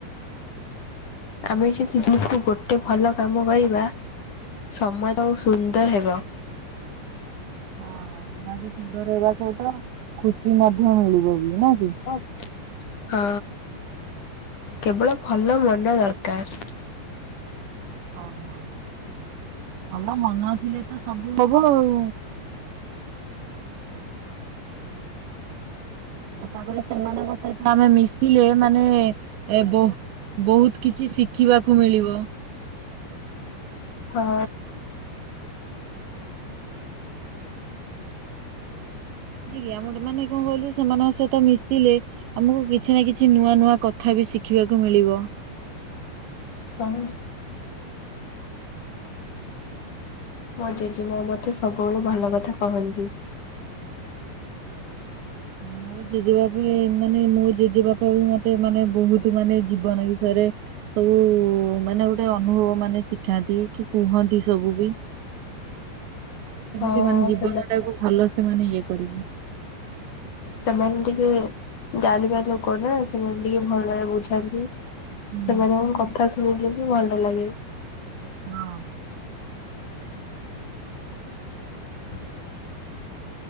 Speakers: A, on the left (about 45°); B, on the right (about 80°).
A: ଆମେ ଯଦି ଦିନ୍ କୁ ଗୋଟେ ଭଲ କାମ କରିବା ସମୟଟା ଆଉ ସୁନ୍ଦର ହେବ।
B: ହଁ ସମାଜ ସୁନ୍ଦର ହେବା ସହିତ ଖୁସି ମଧ୍ୟ ମିଳିବ ବି। ନା କି?
A: ଓ <inaudible> ହଁ କେବଳ ଭଲ ମନ ଦରକାର।
B: ଅହ ଭଲ ମନ ଥିଲେ ତ ସବୁ ହବ ଆଉ। ଆଉ ତାପରେ ସେମାନଙ୍କ ସହିତ ଆମେ ମିଶିଲେ ମାନେ ଏ ବହୁ ବହୁତ କି ଛି ଶିଖିବାକୁ ମିଳିବ।
A: ହଁ।
B: ନାଇଁ କି? ଆମର ମାନେ କଣ କହିଲୁ ସେମାନଙ୍କ ସହିତ ମିଶିଲେ ଆମକୁ କିଛି ନା କିଛି ନୂଆ ନୂଆ କଥା ବି ଶିଖିବାକୁ ମିଳିବ।
A: କଣ? ମୋ ଜେଜମା ମତେ ସବୁବେଳେୁ ଭଲ କଥା କହନ୍ତି।
B: ମୋ ଜେଜେବାପ ବି ମାନେ ମୋ ଜେଜେବାପ ବି ମତେ ମାନେ ବହୁତ ମାନେ ଜୀବନ ବିଷୟରେ ସବୁ ଉ ମାନେ ଗୋଟେ ଅନୁଭବ ମାନେ ଶିଖାନ୍ତି କି କୁହନ୍ତି ସବୁ ବି। କେମିତି
A: ହଁ
B: ମାନେ ଜୀବନ
A: ସେମାନେ
B: ଟାକୁ ଭଲ ସେ ମାନେ ଇଏ କରିବ।
A: ସେମାନେ ଟିକେ ଜାଣିବା ଲୋକ ନା ସେମାନେ ଟିକେ ଭଲରେ ବୁଝାନ୍ତି।
B: ହୁଁ
A: ସେମାନଙ୍କ କଥା ଶୁଣିଲେ ବି ଭଲ ଲାଗେ।
B: ହଁ।
A: <unintelligible>